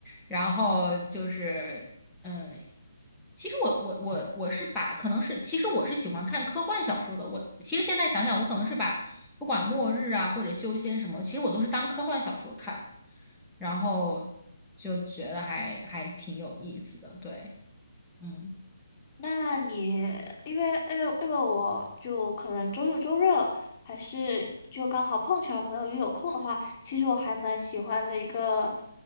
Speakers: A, in the centre; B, on the left (about 30°).
A: 然后就是嗯、呃其实我我我我是把可能是，其实我是喜欢看科幻小说的，我其实现在想想，我可能是把不管末日啊或者修仙什么，其实我都是当科幻小说看，然后就觉得还还挺有意思的，对，嗯。
B: 那你因为因为因为我就可能周六周日还是就刚好碰巧朋友又有空的话，其实我还蛮喜欢的一个